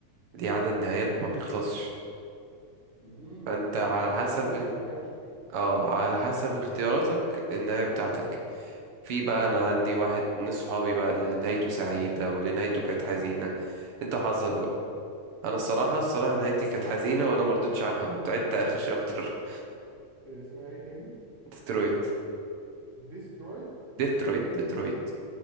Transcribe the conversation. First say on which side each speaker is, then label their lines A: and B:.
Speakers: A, on the right (about 60°); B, on the right (about 35°).
A: دي عدد نهايات ما بيخلصش
B: امم
A: فانت على
B: دي بيسموها
A: حسب
B: زي
A: ال...
B: ادفنتشر يعني
A: اه على حسب اختياراتك النهاية بتاعتك في بقى انا عندي واحد من صحابي بقى اللي نهايته سعيدة واللي نهايته كانت حزينة انت وحظك بقى انا الصراحة الصراحة نهايتي كانت حزينة وانا مرضتش عنها قمت عدت اخر شابتر
B: إيه اسمها ايه تاني
A: <laughs> ديترويت
B: ديسترويد
A: ديترويت ديترويت